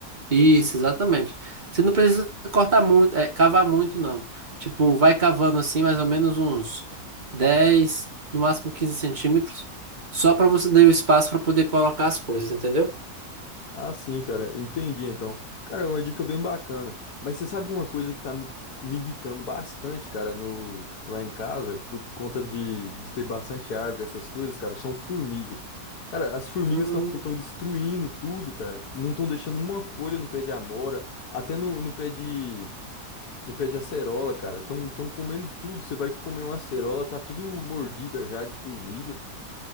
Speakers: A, on the right (about 30°); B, on the left (about 80°).
A: Isso, exatamente. Você não precisa cortar muito, é, cavar muito, não. Tipo, vai cavando assim, mais ou menos uns 10 no máximo 15 centímetros, só para você dar o espaço para poder colocar as coisas, entendeu?
B: Ah, sim, cara, entendi então. Cara, é uma dica bem bacana. Mas você sabe uma coisa que tá me me irritando bastante, cara, no lá em casa, por conta de, de ter bastante árvore, essas coisas, cara, são formigas. Cara, as formigas
A: Hum,
B: estão estão destruindo tudo, cara. Não estão deixando uma folha no pé de amora, até no, no pé de no pé de acerola, cara. Estão estão comendo tudo. Você vai comer uma acerola, tá tudo mordida já de formiga.